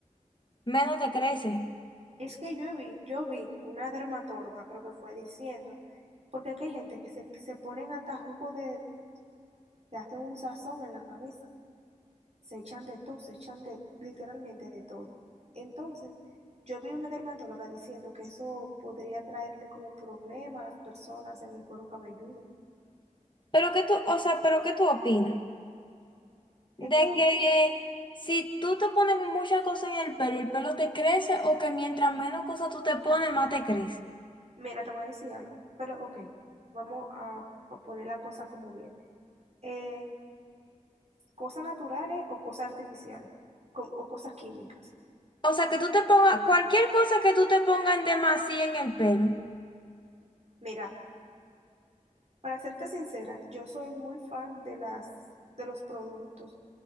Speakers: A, on the left; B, on the right.
A: menos te crece.
B: Es que yo vi, yo vi una dermatóloga, creo que fue diciendo, porque es que hay gente que se, se ponen hasta jugo de, que hacen un sazón en la cabeza. se echan de todo, se echan de literalmente de todo. Entonces, yo vi una dermatóloga diciendo que eso podría traerle como problema a las personas en el cuero cabelludo.
A: Pero qué tú, o sea, pero ¿qué tú opinas?
B: Es que,
A: De que si tú te pones muchas cosas en el pelo, el pelo te crece o que mientras menos cosas tú te pones, más te crece.
B: mira, te voy a decir algo, pero ok, vamos a, a poner la cosa como bien. Eh, cosas naturales o cosas artificiales co- o cosas químicas.
A: O sea, que tú te pongas cualquier cosa que tú te pongas en demasía en el pelo.
B: Mira, para serte sincera, yo soy muy fan de las de los productos